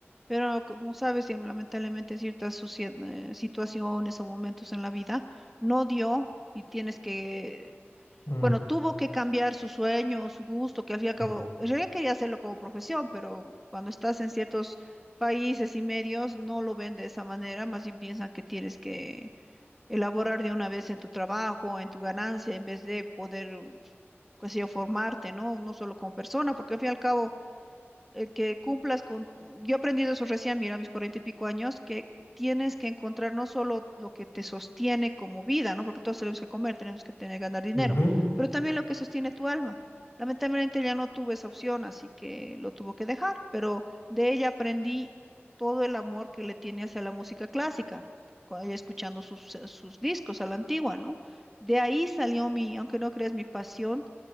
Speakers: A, in the centre; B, on the left.
A: pero como sabes, ya lamentablemente en ciertas sucie- eh, situaciones o momentos en la vida no dio y tienes que,
B: Mm,
A: bueno, tuvo que cambiar su sueño, su gusto, que al fin y al cabo,
B: mm,
A: en realidad quería hacerlo como profesión, pero cuando estás en ciertos países y medios no lo ven de esa manera, más bien piensan que tienes que elaborar de una vez en tu trabajo, en tu ganancia, en vez de poder, qué sé yo, formarte, ¿no? No solo como persona, porque al fin y al cabo el que cumplas con, yo he aprendido eso recién, mira, a mis cuarenta y pico años, que tienes que encontrar no solo lo que te sostiene como vida, ¿no? Porque todos tenemos que comer, tenemos que tener, ganar dinero,
B: ujú,
A: pero también lo que sostiene tu alma. Lamentablemente ya no tuve esa opción, así que lo tuvo que dejar, pero de ella aprendí todo el amor que le tiene hacia la música clásica, con ella escuchando sus, sus discos a la antigua, ¿no? De ahí salió mi, aunque no creas, mi pasión